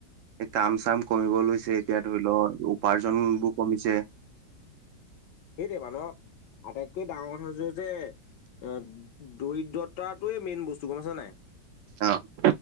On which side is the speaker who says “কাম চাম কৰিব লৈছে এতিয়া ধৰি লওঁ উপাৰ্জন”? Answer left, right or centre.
Right